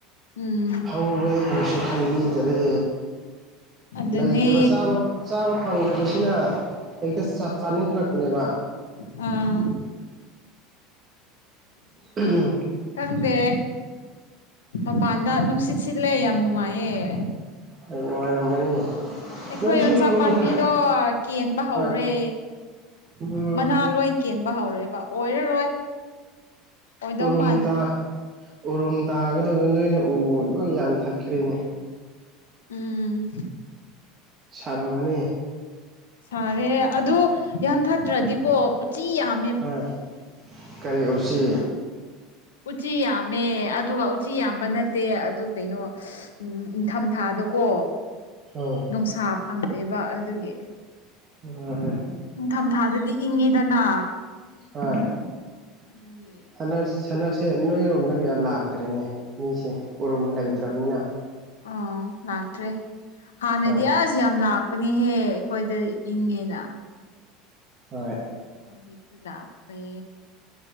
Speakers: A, on the left; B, on the right.
A: ꯎꯝ
B: ꯍꯧꯕꯦꯅ ꯀꯩꯁꯨ ꯈꯟꯕꯤꯗꯔꯦ
A: ꯑꯗꯨꯅꯦ
B: ꯂꯩꯇꯕ ꯆꯥꯕ ꯐꯪꯗꯕꯁꯤꯅ ꯍꯛꯇ ꯆꯥꯅꯤꯡꯈꯠꯂꯛꯄꯅꯦꯕ
A: ꯑꯥ
B: ꯎꯝ
A: ꯈꯪꯗꯦ ꯃꯄꯥꯟꯗ ꯅꯨꯡꯁꯤꯠ ꯁꯤꯠꯂꯦ ꯌꯥꯝ ꯅꯨꯡꯉꯥꯏꯌꯦ
B: ꯑ ꯅꯨꯡꯉꯥꯏꯔꯝꯕꯅꯤ
A: ꯑꯩꯈꯣꯏ
B: ꯅꯣꯏꯁꯨ
A: ꯌꯣꯟꯆꯥꯛ
B: ꯎꯔꯨꯝꯗ
A: ꯄꯥꯝꯕꯤꯗꯣ ꯀꯦꯟꯕ ꯍꯧꯔꯦ
B: ꯍꯣꯏ ꯎꯝ
A: ꯃꯅꯥ ꯂꯣꯏ ꯀꯦꯟꯕ ꯍꯧꯔꯛꯑꯦꯕ ꯑꯣꯏꯔꯔꯣꯏ ꯑꯣꯏꯗꯧ
B: ꯎꯔꯨꯝ
A: ꯃꯥꯟꯗ꯭ꯔꯦ
B: ꯇꯥ ꯎꯔꯨꯝ ꯇꯥꯒꯗꯕꯗ ꯅꯣꯏꯅ ꯎ ꯂꯣꯏ ꯌꯥꯟꯊꯠꯈ꯭ꯔꯦꯅꯦ
A: ꯎꯝ
B: ꯁꯔꯝꯃꯅꯤ
A: ꯁꯥꯔꯦ ꯑꯗꯣ ꯌꯥꯟꯊꯠꯇ꯭ꯔꯗꯤꯀꯣ ꯎꯆꯤ ꯌꯥꯝ
B: ꯍꯣꯏ ꯀꯔꯤ ꯎꯁꯤ
A: ꯎꯆꯤ ꯌꯥꯝꯃꯦ ꯑꯗꯨꯒ ꯎꯆꯤ ꯌꯥꯝꯕ ꯅꯠꯇꯦ ꯑꯗꯨ ꯀꯩꯅꯣ ꯎꯝ ꯅꯤꯡꯊꯝ ꯊꯥꯗꯀꯣ
B: ꯍꯝ
A: ꯅꯨꯡꯁꯥ ꯐꯪꯗꯦꯕ ꯑꯗꯨꯒꯤ
B: ꯍꯣꯢ
A: ꯅꯤꯡꯊꯝ ꯊꯥꯗꯗꯤ ꯏꯪꯉꯤꯗꯅ
B: ꯍꯣꯏ
A: ꯑꯗꯨꯒꯤ
B: ꯍꯟꯗꯛ ꯍꯟꯗꯛꯁꯦ ꯅꯣꯏꯔꯣꯝꯗ ꯀꯌꯥ ꯂꯥꯛꯇ꯭ꯔꯤꯅꯦ ꯃꯤꯁꯦ ꯎꯔꯨꯝ ꯂꯩꯇ꯭ꯔꯕꯅꯤꯅ
A: ꯑꯣ ꯂꯥꯛꯇꯔꯤ ꯍꯥꯅꯗꯤ
B: ꯍꯣꯏ
A: ꯑꯁ ꯁꯤ ꯌꯥꯝ ꯂꯥꯛꯄꯅꯦꯍꯦ ꯑꯩꯈꯣꯏꯗ ꯏꯪꯉꯦꯅ
B: ꯍꯣꯏ
A: ꯍꯧꯖꯤꯛꯇꯤ ꯂꯛꯇ꯭ꯔꯦ